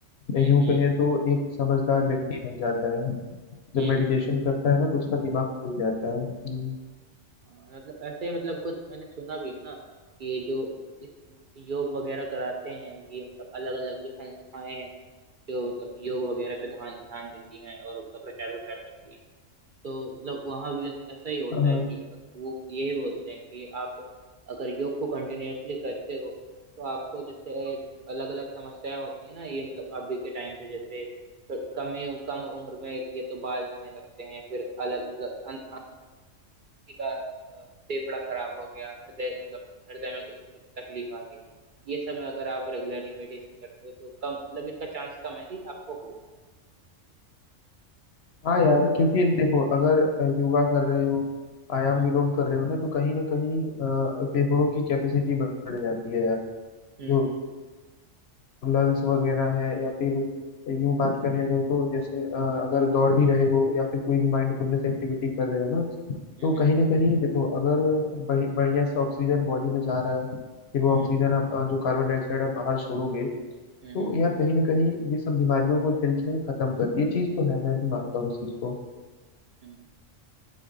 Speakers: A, on the right (about 55°); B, on the left (about 60°).
A: हम्म
B: है यूं
A: हम्म
B: कहें तो एक समझदार व्यक्ति बन जाता है जब
A: हम्म
B: मेडिटेशन करता है ना तो उसका दिमाग खुल जाता है हम्म,
A: हाँ, मतलब ऐसे ही मतलब कुछ मैंने सुना भी है ना कि ये जो इस योग वगैरह कराते हैं कि मतलब अलग अलग जो संस्थाएं हैं जो मतलब योग वगैरह पे ध्यान ध्यान देती हैं और उनका प्रचार प्रसार करती हैं तो मतलब वहां भी ऐसा ही होता
B: हाँ
A: है कि वो यही बोलते हैं कि आप अगर योग को कंटिन्यूअसली करते हो तो आपको जैसे अलग अलग समस्याएं होती है ना ये मतलब अभी के टाइम पे जैसे कम ही कम उम्र में ये तो बाल झड़ने लगते हैं फिर अलग मतलब अन, अन, किसी का अ, फेफड़ा खराब हो गया हृदय मतलब हृदय में कुछ तकलीफ आ गई ये सब अगर आप रेगुलरली मेडिटेशन करते हो तो कम मतलब इनका चांस कम है कि आपको होगा
B: हाँ यार क्योंकि देखो अगर योगा कर रहे हो आयाम
A: हम्म
B: विलोम कर रहे हो ना तो कहीं ना कहीं अ, फेफड़ों की कैपेसिटी बढ़ जाती है यार
A: हम्म
B: जो
A: हम्म
B: लंग्स वगैरह है या फिर यूं बात करें अगर तो जैसे अ, अगर दौड़ भी रहे हो या फिर कोई भी माइंडफुलनेस एक्टिविटी कर रहे हो ना
A: हम्म
B: तो कहीं ना कहीं देखो अगर बढ़ि- बढ़िया से ऑक्सीजन बॉडी में जा रहा है फिर वो
A: हम्म
B: ऑक्सीजन आप अ, जो कार्बन डाइऑक्साइड आप बाहर छोड़ोगे
A: हम्म
B: तो
A: हम्म।
B: यार कहीं ना कहीं ये सब बीमारियों को एक तरीके से खत्म करती है ये चीज तो है मैं भी मानता हूँ इस चीज को
A: हम्म